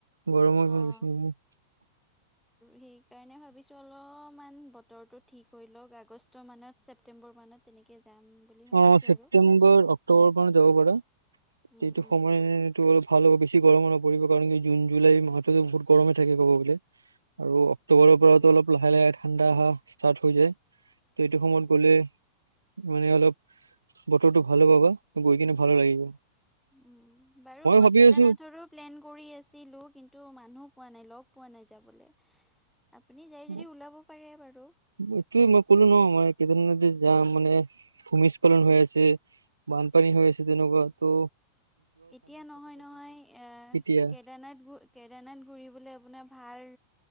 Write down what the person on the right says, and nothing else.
গৰমৰ ইমান
বেছি <inaudible>
অ' ছেপটেম্বৰ
অক্টোবৰৰ পৰা যাব পাৰে
যটো সময়
মইটো অল ভাল হ'ব বেছি গৰমো নপৰিব কাৰণ কি জুন জুলাই মাহটোতো বহুত গৰমে থাকে ক'বোলে। <inaudible> আৰু অক্টোবৰৰ
পৰাতো অলপ লাহে লাহে ঠাণ্ডা অহা ষ্টাৰ্ট হৈ যায়। ত' এইটো
সময়ত গ'লে মানে অলপ বতৰটো ভাল পাবা গৈ কিনে ভাল লাগিব।
ভাবি
আছো
অ
এইটোয়ে মই ক'লো নহ মই কেদাৰনাথে যাম মানে ভূমিস্খলন হৈ আছে। বানপানী হৈ আছে তেনেকুৱা তো
কেতিয়া